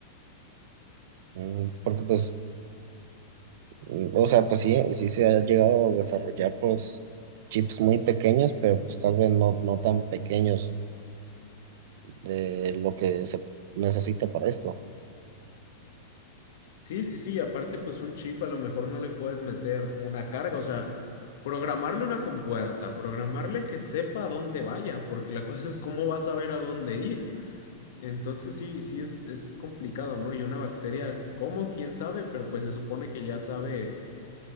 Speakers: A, on the right (about 60°); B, on the left (about 65°).
A: Mm, Porque pues, mm, o sea, pues sí, sí se ha llegado a desarrollar pues chips muy pequeños, pero pues tal vez no, no tan pequeños de lo que se necesita para esto.
B: Sí, sí, sí, y aparte, pues un chip a lo mejor no le puedes meter una carga, o sea, programarle una compuerta, programarle que sepa a dónde vaya, porque la <laughs> cosa es cómo vas a saber a dónde ir. Entonces sí, sí es, es complicado, ¿no? Y una bacteria, ¿cómo? ¿Quién sabe? Pero pues se supone que ya sabe